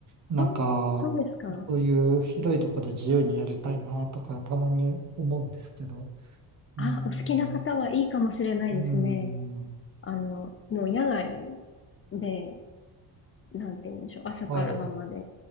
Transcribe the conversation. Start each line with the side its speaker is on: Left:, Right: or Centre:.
Right: なんか、
Left: ああ、そうですか。
Right: そういう広いとこで自由にやりたいなとか、たまに思うんですけど。うーん、
Left: あ、お好きな方はいいかもしれないですね。
Right: うーん、
Left: あの、もう野外で、なんて言うんでしょう。朝から晩まで、
Right: は